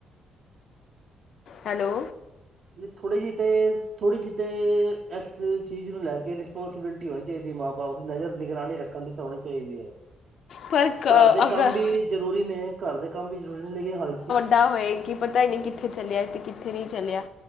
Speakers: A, on the left; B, on the right.
A: ਹੈਲੋ
B: ਥੋੜੀ ਜਿਹੀ ਤੇ ਥੋੜ੍ਹੀ ਜਿਹੀ ਤੇ ਇਸ ਚੀਜ਼ ਨੂੰ ਲੈ ਕੇ ਰਿਸਪੋਂਸੀਬਿਲਟੀ ਡਿਉਟੀ ਹੋਣੀ ਚਾਹੀਦੀ ਹੈ ਮਾਂ ਬਾਪ ਦੀ, ਨਜ਼ਰ ਨਿਗਰਾਨੀ ਰੱਖਣ ਦੀ ਤਾਂ ਹੋਣੀ ਚਾਹੀਦੀ ਹੈ
A: ਪਰ ਕ-
B: ਘਰ ਦੇ
A: ਅਗਰ
B: ਕੰਮ ਵੀ ਜ਼ਰੂਰੀ ਨੇ ਘਰ ਦੇ ਕੰਮ ਵੀ ਜ਼ਰੂਰੀ ਨੇ ਲੇਕਿਨ ਹਲਕੀ
A: ਪਤਾ ਹੋਏ, ਕਿ ਪਤਾ ਹੀ ਨਹੀਂ ਕਿੱਥੇ ਚੱਲਿਆ ਤੇ ਕਿੱਥੇ ਨਹੀਂ ਚੱਲਿਆ